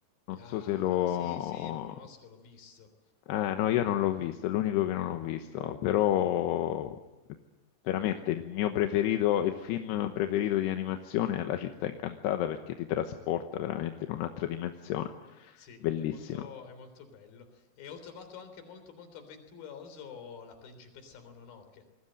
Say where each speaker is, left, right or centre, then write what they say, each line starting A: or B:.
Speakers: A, on the left (about 75°); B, on the left (about 60°).
A: Non
B: Ah,
A: so se lo,
B: sì, sì, lo conosco, l'ho visto.
A: Ah, no, io non l'ho visto, è l'unico che non ho visto, però veramente il mio preferito, il film preferito di animazione è La città incantata perché ti trasporta veramente in un'altra dimensione.
B: Sì,
A: Bellissimo.
B: è molto, è molto bello. E ho trovato anche molto, molto avventuroso la principessa Mononoke.